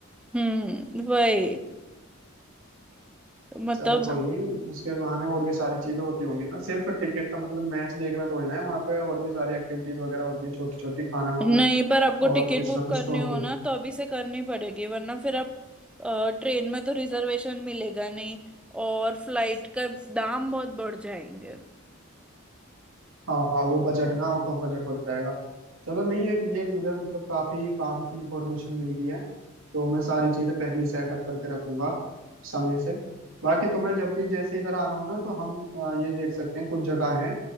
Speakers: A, in the centre; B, on the right.
A: हम्म वही मतलब
B: चलो कोई नहीं उसके बहाने और भी सारी चीजें होती होंगी ना सिर्फ टिकट का मतलब मैच देखना थोड़ी ना है वहाँ पे और भी सारी एक्टिविटीज वगैरह होती हैं छोटी छोटी खाना वाना
A: नहीं पर आपको
B: और
A: टिकट
B: कुछ
A: बुक
B: ना
A: करनी
B: कुछ तो होते
A: हो ना तो अभी से करनी पड़ेगी वरना फिर आप ट्रेन में तो रिजर्वेशन मिलेगा नहीं और फ्लाइट का दाम बहुत बढ़ जाएंगे
B: हाँ हाँ वो बजट ना आउट ऑफ बजट हो जाएगा चलो नहीं है कि ये मुझे मतलब काफी काम की इंफॉर्मेशन मिल गई है तो मैं सारी चीजें पहले ही सेटअप करके रखूंगा समय से बाकी तुम्हें जब भी जैसे इधर आना हो ना तो हम अ, ये देख सकते हैं कुछ जगह हैं